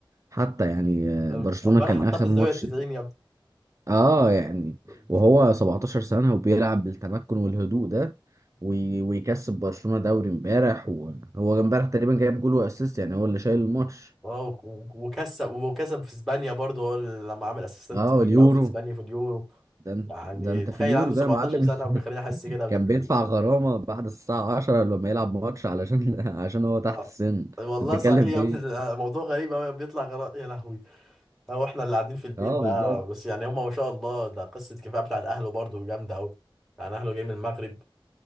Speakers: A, on the right; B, in the centre.
A: حتى يعني آه،
B: أم-
A: برشلونة
B: امبارح
A: كان
B: حطها
A: آخر
B: في الزاويه
A: ماتش
B: 90 يا
A: اه يعني
B: ابني
A: وهو 17 سنة وبيلعب بالتمكن والهدوء ده وي- ويكسب برشلونة دوري امبارح وهو امبارح تقريبا جايب جول واسيست يعني هو اللي شايل الماتش
B: اه وك- وك- وكسب وكسب في اسبانيا برضه هو اللي لما عمل اسيستات
A: اه
B: فاجر
A: واليورو
B: قوي في اسبانيا في اليورو
A: ده انت
B: يعني
A: ده انت
B: تخيل
A: في اليورو
B: عنده
A: ده
B: 17
A: يا معلم
B: سنه
A: <laughs>
B: وبيخليني احس كده بال
A: كان بيدفع غرامة بعد الساعة 10 لما يلعب ماتش علشان <laughs> عشان هو تحت
B: اه
A: السن
B: والله
A: انت بتتكلم
B: صحيح يا
A: في
B: ابني
A: ايه؟
B: موضوع غريب قوي بيطلع غرا... يا لهوي هو احنا اللي قاعدين في البيت
A: اه
B: بقى
A: بالظبط
B: بس يعني هما ما شاء الله ده قصه كفايه بتاعت اهله برضه جامده قوي يعني اهله جاي من المغرب